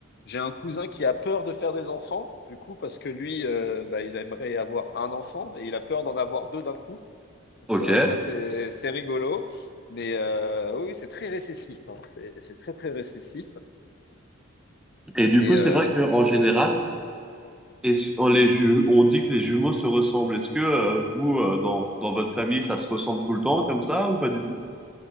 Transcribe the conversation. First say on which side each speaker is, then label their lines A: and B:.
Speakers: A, on the left; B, in the centre.
A: j'ai un cousin qui a peur de faire des enfants, du coup, parce que lui, euh, bah, il aimerait avoir un enfant et il a peur d'en avoir deux d'un coup. Donc
B: Ok.
A: c'est vrai que ça, c'est c'est rigolo, mais euh, oui, oui, c'est très récessif. hein. C'est c'est très, très récessif.
B: Et du
A: Mais
B: coup, c'est
A: euh,
B: vrai qu'en général. Est-ce, on, les ju- on dit que les jumeaux se ressemblent. Est-ce que euh, vous, euh, dans, dans votre famille, ça se ressemble tout le temps comme ça ou pas du tout?